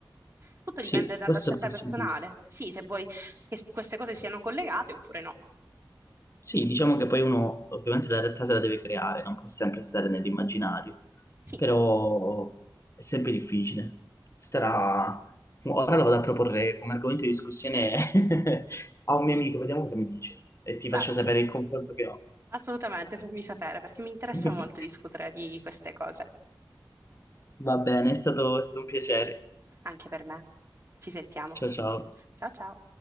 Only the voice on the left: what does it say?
Sì,
questo
è possibile.
Sì, diciamo che poi uno ovviamente la realtà se la deve creare, non può sempre stare nell'immaginario,
però è sempre difficile. Sarà... Ora lo vado a proporre come argomento di discussione <laughs> a un mio amico, vediamo cosa mi dice e ti faccio
sapere il confronto che ho.
<laughs>
Va bene, è stato è stato un piacere.
Ciao ciao.